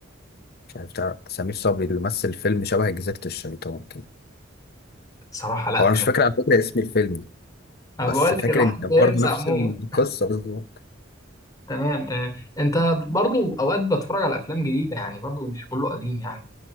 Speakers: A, on the left; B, on the left.
A: يعني بتاع سمير صبري اللي مثل فيلم شبه جزيرة الشيطان كده
B: صراحة لا
A: هو أنا مش
B: ما.
A: فاكر على فكرة اسم الفيلم بس
B: انا بقول لك
A: فاكر
B: الواحد
A: إن كان
B: بينسى
A: برضه نفس
B: عموما
A: القصة بالظبط
B: تمام تمام انت برضو اوقات بتفرج على افلام جديده يعني برضو مش كله قديم يعني